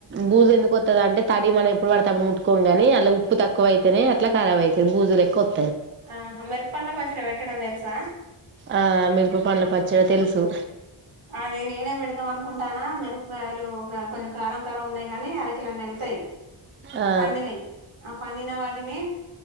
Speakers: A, on the right; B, on the right.
A: భూజు ఎందుకొత్తది అంటే తడి మనం ఎప్పుడు పడితే అప్పుడు ముట్టుకోంగని అల్ల ఉప్పు తక్కువ అయితనే అట్లా కరాబయితది భూజు లెక్కవంత్
B: ఆహా మెరుపండ్ల పచ్చడ పెట్టడం తెలుసా
A: ఆ మీరుప పండ్ల పచ్చడ తెలుసు
B: అది నేనే పెడదాం అనుకుంటానా మిరపకాయలు కొంచెం కారం కారం ఉన్నాయి కాని అర కిలన్ని ళ్తాయి
A: ఆ
B: పండినయ్ ఆ పండిన వాటిని